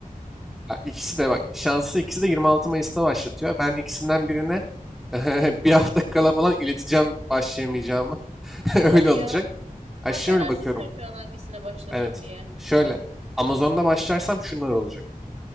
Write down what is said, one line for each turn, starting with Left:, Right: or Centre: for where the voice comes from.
Centre: Ya İkisi de bak şansı ikisi de 26 Mayıs'ta başlatıyor. Ben ikisinden birine <laughs> bir hafta kala falan ileteceğim başlayamayacağımı. <laughs>
Right: Hadi
Centre: Öyle
Right: ya.
Centre: olacak. Ay
Right: Ha
Centre: şimdi
Right: kararsızsın
Centre: bakıyorum.
Right: şu an hangisine başlasam
Centre: Evet.
Right: diye.
Centre: Şöyle. Amazon'da başlarsam şunlar olacak.